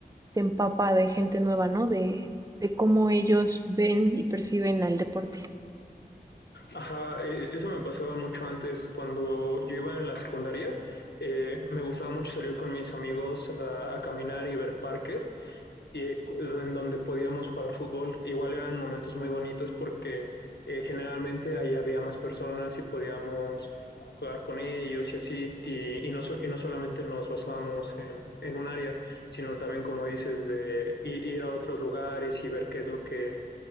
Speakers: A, on the right; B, on the left.
A: te empapa de gente nueva, ¿no? De, de cómo ellos ven y perciben al deporte.
B: Ajá, eh, eso me pasaba mucho antes cuando yo iba en la secundaria. eh, me gustaba mucho salir con mis amigos a, a caminar y ver parques y en donde podíamos jugar fútbol. Igual eran momentos muy bonitos porque eh, generalmente ahí había más personas y podíamos jugar con ellos y así, y, y no, so- y no solamente nos basábamos en, en un área, sino también, como dices, de ir a otros lugares y ver qué es lo que,